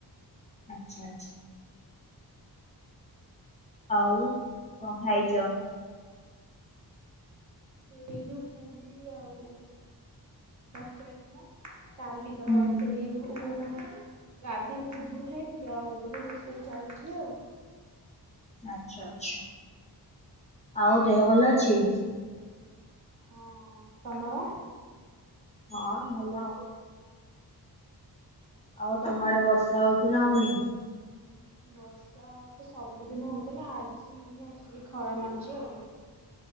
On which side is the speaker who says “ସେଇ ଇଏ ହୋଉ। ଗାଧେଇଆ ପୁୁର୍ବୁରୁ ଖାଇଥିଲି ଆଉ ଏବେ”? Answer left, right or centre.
Right